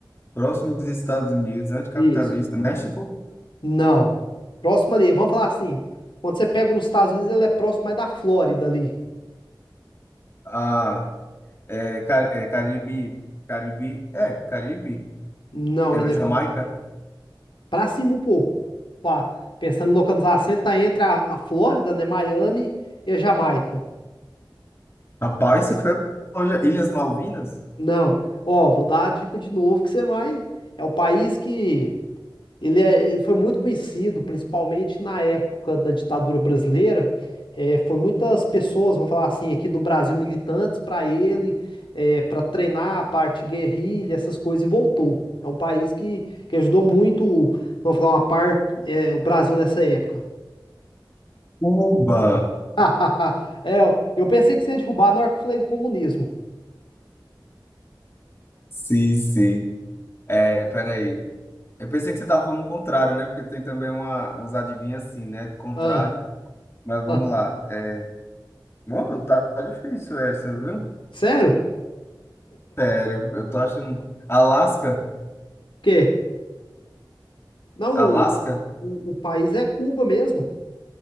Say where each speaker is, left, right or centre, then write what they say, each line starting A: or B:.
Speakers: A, on the left; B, on the left.
A: próximo dos Estados Unidos, anticapitalista,
B: Isso.
A: México,
B: Não. Próximo ali, vamos falar assim. Quando você pega os Estados Unidos, ele é próximo mais da Flórida ali.
A: a, é, Car- é, Caribe, Caribe, é, Caribe,
B: Não,
A: é,
B: ele
A: Jamaica,
B: é pra cima um pouco. Fa- Pensando em localização, ele tá entre a, a Flórida, né? Miami e a Jamaica.
A: rapaz, isso foi longe, Ilhas Malvinas,
B: Não. Ó, vou dar a dica de novo que você vai. É o país que Ele, é- ele foi muito conhecido, principalmente na época da ditadura brasileira. É, foi muitas pessoas, vamos falar assim, aqui do Brasil, militantes para ele, para treinar a parte guerrilha, essas coisas, e voltou. É um país que, que ajudou muito, vamos falar, uma parte, é, o Brasil nessa época.
A: Cuba,
B: <laughs> É, eu eu pensei que você ia derrubar na hora que eu falei do comunismo.
A: sim, sim, é, peraí, eu pensei que você estava falando o contrário, né, porque tem também uma, uns adivinhos assim, né, contrário,
B: Ah,
A: mas vamos
B: ah.
A: lá, é, mano, tá tá difícil essa, viu?
B: Sério?
A: Sério, eu tô achando, Alasca,
B: Porque não,
A: Alasca,
B: o, o, o país é Cuba mesmo.